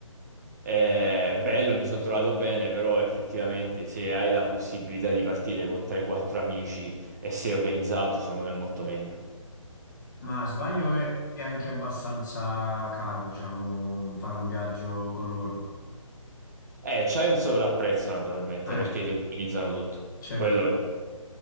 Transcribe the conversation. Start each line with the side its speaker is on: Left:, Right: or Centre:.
Right: È bello, mi sono trovato bene, però effettivamente se hai la possibilità di partire con 3-4 amici e sei organizzato, secondo me è molto meglio.
Left: Ma sbaglio è, è anche abbastanza caro, diciamo, fare un viaggio con loro.
Right: Eh, c'hai un sovrapprezzo naturalmente
Left: Eh,
Right: perché ti organizzano tutto.
Left: certo,
Right: Quello è...